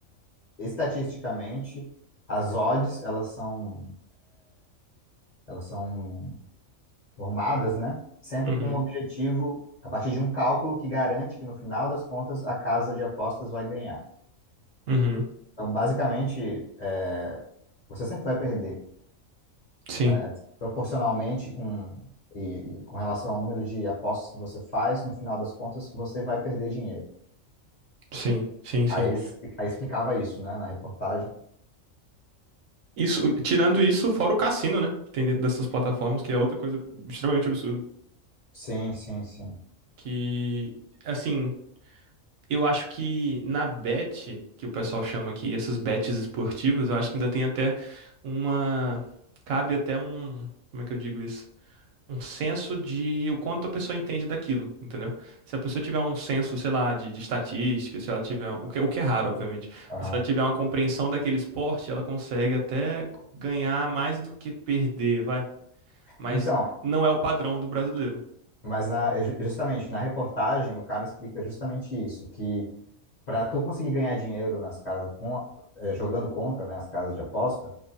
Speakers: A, on the left; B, on the right.
A: estatisticamente as odds elas são elas são formadas, né? Sempre
B: Uhum.
A: com um objetivo a partir de um cálculo que garante que no final das contas a casa de apostas vai ganhar.
B: Uhum.
A: Então, basicamente, é, você sempre vai perder,
B: Sim,
A: né? Proporcionalmente com, e, e com relação ao número de apostas que você faz, no final das contas, você vai perder dinheiro.
B: sim, sim, sim.
A: Aí eles, aí explicava isso, né, na reportagem.
B: Isso, tirando isso, fora o cassino, né? que Tem dentro dessas plataformas, que é outra coisa extremamente absurda.
A: Sim, sim, sim.
B: Que, assim, eu acho que na bet, que o pessoal chama aqui, essas bets esportivas, eu acho que ainda tem até uma. Cabe até um. Como é que eu digo isso? Um senso de o quanto a pessoa entende daquilo, entendeu? Se a pessoa tiver um senso, sei lá, de, de estatística, se ela tiver. O que, o que é raro, obviamente.
A: Aham.
B: Mas se ela tiver uma compreensão daquele esporte, ela consegue até ganhar mais do que perder, vai. mas
A: Então,
B: não é o padrão do brasileiro.
A: mas na, é ju- justamente na reportagem, o cara explica justamente isso, que para tu conseguir ganhar dinheiro nas casas com, a- eh, jogando contra, né, as casas de aposta,